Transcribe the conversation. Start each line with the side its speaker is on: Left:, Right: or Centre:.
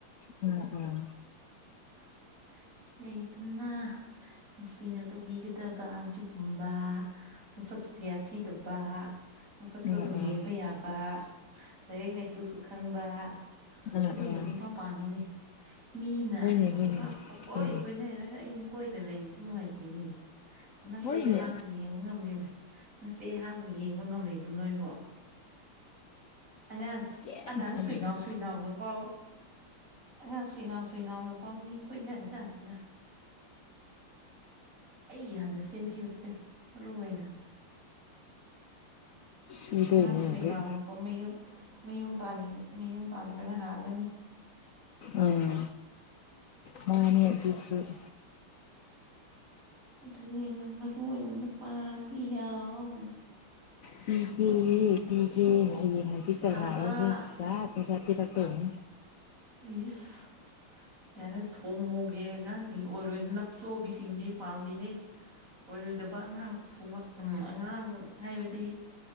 Left: ꯎꯝ ꯎꯝ
Right: ꯍ ꯍ ꯂꯩꯇꯅ ꯅꯨꯡꯁꯤꯅ ꯇꯕꯤꯒꯗꯕꯥ ꯑꯗꯨꯒꯨꯝ ꯕꯥ ꯃꯁꯛꯁꯨ ꯀꯌꯥ ꯊꯤꯗꯕ ꯍ ꯃꯁꯛꯁꯨ
Left: ꯎꯝ
Right: ꯑꯗꯨꯝ ꯌꯦꯡꯕ ꯌꯥꯕ ꯂꯥꯏꯔꯤꯛ ꯂꯥꯏꯁꯨꯁꯨ ꯈꯪꯕ
Left: ꯎꯝ ꯎꯝ ꯎꯝ
Right: ꯑꯗꯨꯒꯨꯝꯕ ꯅꯨꯄꯥ ꯄꯥꯝꯃꯤꯅꯦ ꯃꯤꯅ
Left: ꯍꯣꯏꯅꯦ ꯍꯣꯏꯅꯦ
Right: ꯅꯨꯄꯥ ꯄꯥꯀꯣꯏ
Left: ꯎꯝ
Right: ꯀꯣꯏꯅꯔꯒ ꯑꯩꯅ ꯀꯣꯏꯗꯅ ꯂꯩꯔꯤꯖꯦ꯫ ꯅꯨꯡꯉꯥꯏꯇꯦꯅꯦ꯫ ꯅꯆꯦ
Left: ꯍꯣꯏꯅꯦ
Right: ꯑꯩꯍꯥꯛꯄꯨ ꯌꯦꯡꯕ ꯉꯝꯂꯤꯕꯔꯥ ꯅꯆꯦ ꯑꯩꯍꯥꯛꯄꯨ ꯌꯦꯡꯕ ꯉꯝꯂꯤꯕ ꯅꯣꯏꯕꯣ? ꯑꯉꯥꯡ
Left: ꯀꯩꯝ
Right: ꯑꯉꯥꯡ
Left: ꯈꯜꯂꯨꯅꯨ
Right: ꯁꯨꯏꯅꯥꯎ ꯁꯨꯏꯅꯥꯎꯅꯨ ꯄꯥꯎ ꯑꯉꯥꯡ ꯁꯨꯏꯅꯥꯎ ꯁꯨꯏꯅꯥꯎꯅꯨ ꯃꯤ ꯀꯣꯏꯅꯔ ꯀꯥꯟꯁꯤꯗ ꯑꯩ ꯍꯥꯟꯅ ꯁꯦꯝꯕꯤꯌꯨꯁꯦ ꯃꯔꯨ ꯑꯣꯏꯅ꯫
Left: ꯄꯤꯗꯣꯏꯅꯦ
Right: ꯑꯉꯥꯡ ꯁꯨꯣꯏꯅꯥꯎꯅ
Left: ꯍꯧꯖꯤꯛ
Right: ꯄꯝꯃꯌꯨ ꯃꯌꯨꯝ ꯄꯟ ꯃꯌꯨꯝ ꯄꯥꯟꯕꯅ ꯍꯥꯜꯂꯅꯤ꯫
Left: ꯎꯝ ꯃꯥꯅꯦ ꯑꯗꯨꯖꯨ ꯫
Right: ꯑꯗꯨꯅꯦ ꯑꯩꯅ ꯃꯔꯨ ꯑꯣꯏꯅ ꯅꯨꯄꯥꯕꯤ ꯌꯥꯎ
Left: ꯄꯤꯒꯦ - ꯄꯤꯒꯦ ꯍꯌꯦꯡ ꯍꯪꯆꯤꯠ ꯇꯥ
Right: ꯐꯕ
Left: ꯉꯥꯏꯔꯣꯅꯦ <unintelligible> ꯄꯤꯔꯛꯇꯣꯏꯅꯤ꯫
Right: ꯏꯁ ꯌꯥꯔꯦ ꯊꯣꯡꯃꯣꯒꯦ ꯑꯉꯥꯡꯁꯤꯡ ꯑꯣꯏꯔꯣꯏ ꯅꯞꯆꯣꯕꯤꯁꯤꯡꯗꯤ ꯄꯥꯝꯗꯦꯍꯦ ꯑꯣꯏꯔꯣꯏꯗꯕ ꯑꯉꯥꯡ ꯊꯉ ꯎꯝ ꯑꯉꯥꯡ ꯍꯥꯏꯕꯗꯤ